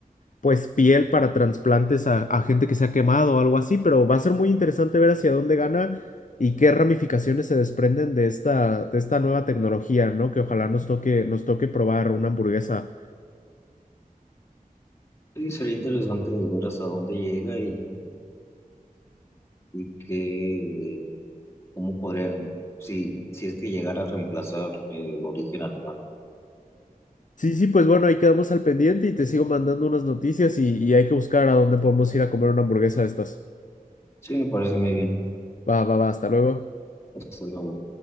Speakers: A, on the left; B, on the left.
A: pues piel para trasplantes a, a gente que se ha quemado o algo así, pero va a ser muy interesante ver hacia dónde gana y qué ramificaciones se desprenden de esta, de esta nueva tecnología, ¿no? Que ojalá nos toque, nos toque probar una hamburguesa.
B: Sí, sería interesante ver hasta dónde llega y, y qué cómo podría, si, si es que llegara a reemplazar eh, el origen animal.
A: Sí, sí, pues bueno, ahí quedamos al pendiente y te sigo mandando unas noticias y, y hay que buscar a dónde podemos ir a comer una hamburguesa de estas.
B: Sí, me parece muy bien.
A: Va, va, va, hasta luego.
B: Hasta luego.